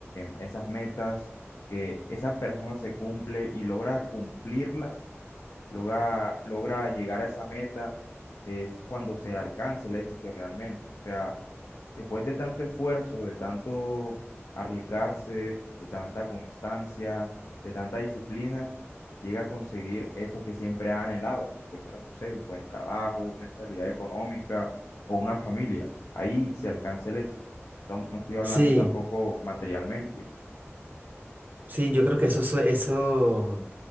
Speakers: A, on the left; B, on the right.
A: esas metas que esa persona se cumple y logra cumplirlas, logra, logra llegar a esa meta, es cuando se alcanza el éxito realmente. O sea, después de tanto esfuerzo, de tanto arriesgarse, de tanta constancia, de tanta disciplina, llega a conseguir eso que siempre ha anhelado, que puede ser, no sé, un buen trabajo, una estabilidad económica o una familia. Ahí se alcanza el éxito. Tam- No estoy hablando
B: Sí,
A: tampoco materialmente.
B: sí, yo creo que eso, su- eso